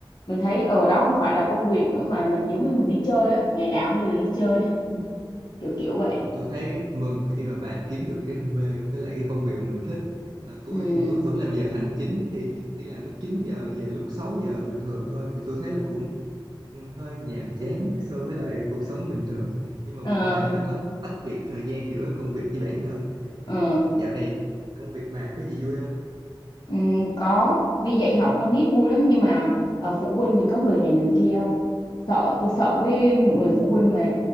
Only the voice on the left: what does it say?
mình thấy ở đó không phải là công việc nữa mà mình giống như mình đi chơi á ngày nào cũng như là đi chơi <laughs> kiểu kiểu
vậy
ừ
ờ
ờ
ừ, có đi dạy học con nít vui lắm nhưng mà ờ, phụ huynh thì có người này người kia không sợ tôi sợ mấy người phụ huynh mà